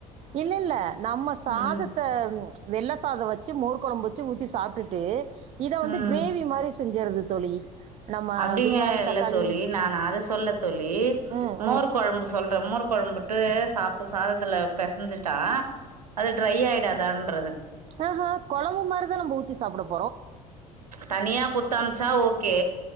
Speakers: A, on the right (about 35°); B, on the right (about 85°).
A: இல்ல இல்ல நம்ம சாதத்த
B: ம்
A: ச் வெள்ள சாதோ வச்சு மோர் கொழம்பு வச்சு ஊத்தி சாப்டுட்டு இத வந்து
B: ம்
A: க்ரேவி மாரி செஞ்சற்து தோழி நம்ம
B: அப்டிங்க
A: வெங்காயோ
B: இல்ல
A: தக்காளி
B: தோழி நான் அத சொல்ல தோழி
A: ம்
B: மோர் கொழம்பு சொல்ற மோர் கொழம் புட்டு சாப் சாதத்துல பெசஞ்சிட்டா அது ட்ரை ஆய்டாதான்றது
A: அஹா கொழம்பு மாரிதா நம்ப ஊத்தி சாப்ட போ
B: தனியா குத்தம்ச்சா ஓகே